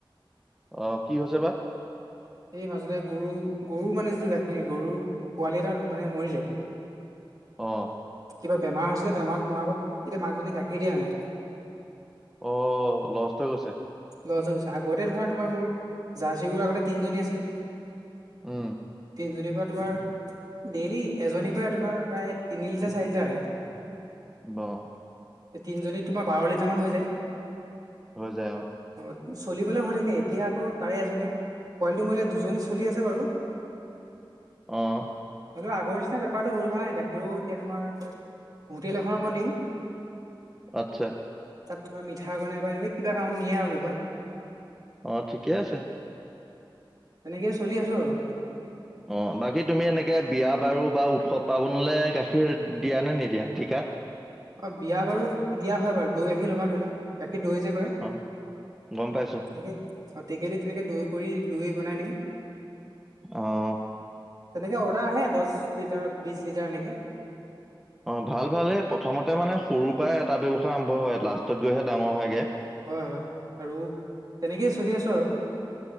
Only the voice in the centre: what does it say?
অ', কি হৈছে বা?
অ'।
অ', লষ্ট হৈ গৈছে।
উম।
বাহ।
হৈ যায় অ
অ'
আচ্ছা
অ' থিকে আছে
অ' বাকী তুমি এনেকৈ বিয়া বাৰু বা উৎসৱ পাৰ্বনলৈ গাখীৰ দিয়ানে নিদিয়া ঠিকাত
অ গম পাইছোঁ
অ'
অ ভাল ভাল হেই প্ৰথমতে মানে সৰুৰ পৰাই এটা ব্যৱসায় আৰম্ভ হয় লাষ্টত গৈহে ডাঙৰ হয়গে।